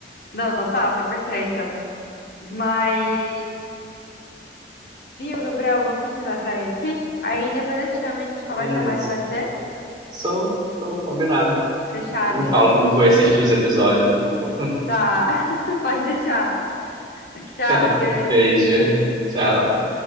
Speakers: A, on the left; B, on the right.
A: Não, total, cem por cento Mas. Viu, Gabriel? eu Vou precisar sair aqui. Aí depois eu te chamo e a gente conversa
B: Beleza.
A: mais, pode ser?
B: Sou, sou combinado.
A: Fechado,
B: Você me
A: então.
B: fala como foi assistir os episódios de novo.
A: Tá, <laughs> pode deixar. Tchau,
B: <laughs>
A: beijo.
B: Beijo. Tchau.